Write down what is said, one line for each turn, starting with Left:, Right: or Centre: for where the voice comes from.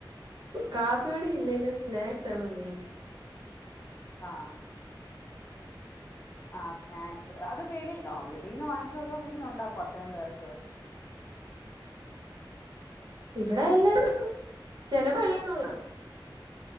Right: കാപ്പിയുടെ
Left: ആഹ്
Right: ഇലേലും സ്നാക്സ് ആണ് മെയിൻ
Left: ആഹ ആ സ്നാക്സ് അത് വെളി ആ വെളിൽന്ന് വാങ്ങിക്കോ അതോ വീട്ടിലുണ്ടാക്കും അത്തരം പേർക്ക്
Right: ഇവിടെ എല്ലാരരുംക്കും ചെലവളിയന്നന്നാും